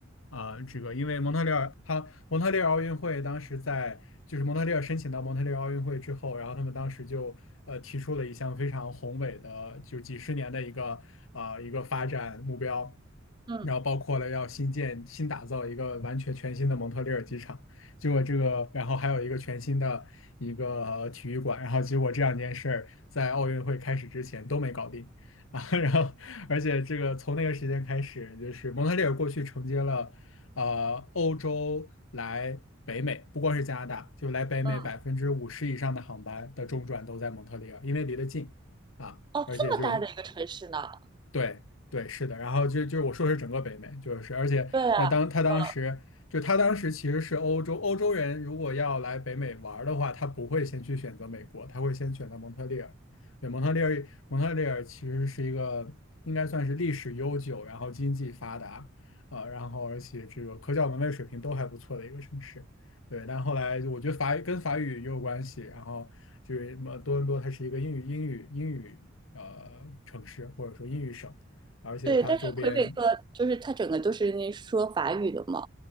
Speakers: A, on the left; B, on the right.
A: 啊，这个因为蒙特利尔，他蒙特利尔奥运会当时在，就是蒙特利尔申请到蒙特利尔奥运会之后，然后他们当时就呃提出了一项非常宏伟的，就几十年的一个啊一个发展目标，
B: 嗯
A: 然后包括了要新建、新打造一个完全全新的蒙特利尔机场，结果这个，然后还有一个全新的一个呃体育馆，然后结果这两件事儿在奥运会开始之前都没搞定。啊，<laughs> 然后而且这个从那个时间开始，就是蒙特利尔过去承接了，呃，欧洲来北美，不光是加拿大，就来北美百分之五十以上的航班的中转都在蒙特利尔，
B: 嗯，
A: 因为离得近啊，
B: 哦，
A: 而且就是
B: 这么大的一个城市呢？
A: 对对，是的，然后就就是我说的是整个北美，就是而且那当他当时就他当时其实是欧洲欧洲人，
B: 对啊，呃，
A: 如果要来北美玩儿的话，他不会先去选择美国，他会先选择蒙特利尔。对，蒙特利尔，蒙特利尔其实是一个应该算是历史悠久，然后经济发达，啊，然后而且这个科教文卫水平都还不错的一个城市。对，但后来我觉得法语跟法语也有关系，然后就是什么多伦多它是一个英语英语英语。呃城市或者说英语省，而且它周边
B: 对，但是魁北克就是它整个都是那说法语的嘛，